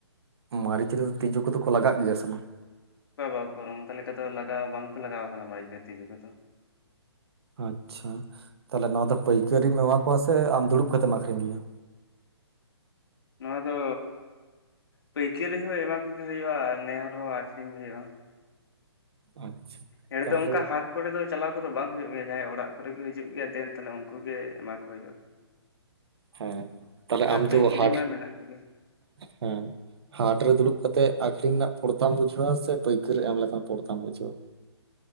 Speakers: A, on the right (about 65°); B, on the left (about 60°).
A: ᱢᱟᱹᱨᱤᱪ ᱨᱮᱫᱚ ᱛᱤᱡᱩ ᱠᱚᱫᱚ ᱠᱚ ᱞᱟᱜᱟᱜ ᱜᱮᱭᱟ ᱥᱮ ᱵᱟᱝ?
B: ᱵᱟᱵᱟ ᱩᱠᱩᱨ ᱚᱱᱠᱟ ᱞᱮᱠᱟ ᱫᱚ ᱞᱟᱜᱟᱣ ᱵᱟᱝᱠᱚ ᱞᱟᱜᱟᱣ ᱠᱟᱱᱟ ᱢᱟᱤᱡ ᱨᱮ ᱛᱤᱡᱩ ᱠᱚᱫᱚ᱾
A: ᱟᱪᱪᱷᱟ ᱛᱟᱦᱚᱞᱮ ᱱᱚᱣᱟ ᱫᱚ ᱯᱟᱹᱭᱠᱟᱹᱨᱤᱢ ᱮᱢᱟ ᱠᱚᱣᱟ ᱥᱮ ᱟᱢ ᱫᱩᱲᱩᱵ ᱠᱟᱛᱮᱢ ᱟᱠᱷᱨᱤᱧ ᱜᱮᱭᱟ?
B: ᱱᱚᱣᱟ ᱫᱚ ᱯᱟᱹᱭᱠᱟᱹᱨᱤ ᱦᱚᱸ ᱮᱢᱟ ᱠᱚᱜᱮ ᱦᱩᱭᱩᱜᱼᱟ ᱟᱨ ᱱᱮᱦᱚᱨ ᱦᱚᱸ ᱟᱠᱷᱨᱤᱧ ᱦᱩᱭᱩᱜᱼᱟ᱾
A: ᱟᱪᱪᱷᱟ᱾
B: ᱱᱮ ᱦᱚᱲ
A: ᱛᱟᱦᱚᱞᱮ
B: ᱛᱚ ᱚᱝᱠᱟ ᱦᱟᱴ ᱠᱚᱨᱮ ᱫᱚ ᱪᱟᱞᱟᱣ ᱠᱚᱫᱚ ᱵᱟᱝ ᱦᱩᱭᱩᱜ ᱜᱮᱭᱟ ᱡᱟᱦᱟᱸᱭ ᱚᱲᱟᱜ ᱠᱚᱨᱮ ᱜᱮ ᱦᱤᱡᱩᱜ ᱜᱮᱭᱟ ᱫᱮᱱ ᱛᱟᱦᱚᱞᱮ ᱩᱱᱠᱩᱜ ᱜᱮ ᱮᱢᱟ ᱠᱚ ᱦᱩᱭᱩᱜᱼᱟ᱾ <inaudible>
A: ᱦᱮᱸ ᱛᱟᱦᱞᱮ
B: ᱟᱨ
A: ᱟᱢ
B: ᱯᱟᱹᱭᱠᱟᱹᱨᱤ
A: ᱫᱚ ᱦᱟᱴ
B: ᱢᱟ ᱢᱮᱱᱟᱜ ᱠᱚᱜᱮ
A: ᱦᱮᱸ᱾ ᱦᱟᱴ ᱨᱮ ᱫᱩᱲᱩᱵ ᱠᱟᱛᱮᱜ ᱟᱠᱷᱨᱤᱧ ᱨᱮᱱᱟᱜ ᱯᱚᱲᱛᱟᱢ ᱵᱩᱡᱷᱟᱹᱣᱟ ᱥᱮ ᱯᱟᱹᱭᱠᱟᱹᱨᱮ ᱮᱢ ᱞᱮ ᱞᱮᱠᱟᱱ ᱯᱚᱲᱛᱟᱢ ᱵᱩᱡᱷᱟᱹᱣᱟ?